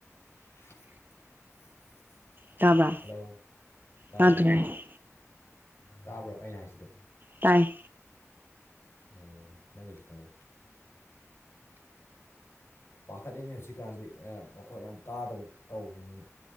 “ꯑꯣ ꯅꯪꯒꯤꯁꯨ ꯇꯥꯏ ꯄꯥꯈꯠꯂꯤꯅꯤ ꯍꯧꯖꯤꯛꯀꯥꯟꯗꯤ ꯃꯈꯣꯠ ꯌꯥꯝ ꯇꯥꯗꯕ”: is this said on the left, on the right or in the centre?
Left